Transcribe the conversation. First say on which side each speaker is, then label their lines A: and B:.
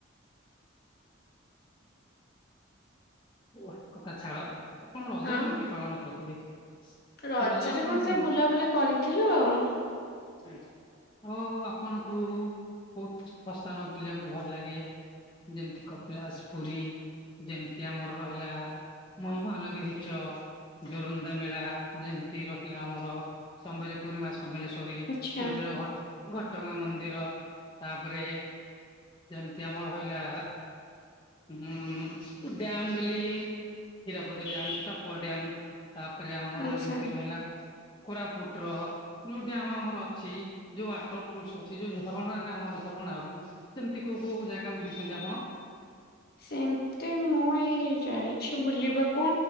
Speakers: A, on the left; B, on the left.
A: ଓ ଏକ କଥା ଛାଡ ଆପଣ ରଜ
B: ହଁ।
A: କେମିତି ପାଳନ କରିଥିଲେ?
B: ରଜରେ
A: ରଜ ଆପଣ
B: କଣ
A: କେମିତି
B: ସେ ବୁଲାବୁଲି କରିଥିଲୁ ଆଉ।
A: ଆା ଆଉ ଆପଣଙ୍କୁ କୋଉ ତୀର୍ଥ ସ୍ଥାନ ବୁଲିବାକୁ ଭଲ ଲାଗେ? ଯେମିତି କପିଳାଶ, ପୁରୀ? ଯେମିତି ଆମର ରହିଲା ମହିମାଲୋଖ ଧୀକ୍ଷ। ଜୋରନ୍ଦା ମେଳା ଯେମିତି ରହିଲା ଆମର ସମ୍ଭଲି ପୁରୀମା ସମ୍ବଳେଶ୍ୱରୀ।
B: ଆଚ୍ଛା
A: ପୁରୀର ଘଟ ଘଟଗାଁ ମନ୍ଦିର। ତାପରେ ଯେମତି ଆମର ହଇଲା ହୁଁ ଡ୍ୟାମ ବେଲି ହୀରାକୁଦ ଡ୍ୟାମ, ସାପୁଆ ଡ୍ୟାମ। ତାପରେ ଆମର
B: ଆଚ୍ଛା।
A: ଯେମତି ରହିଲା କୋରାପୁଟର ଯୋଉ ଡ୍ୟାମ୍ ଆମର ଅଛି ଯୋଉ ୱାଟର ପୁଲସ ଅଛି, ଯୋଉ ଝରଣ ରେ ଆମର ଝରଣା ଉଁ। ସେମତି କୋଉ କୋଉ ଜାଗା ବୁଲିଛନ୍ତି ଆପଣ?
B: ସେମତି ମୁଁ ଏଇ କି ଯାଇଛି ବୁଲିବାକୁ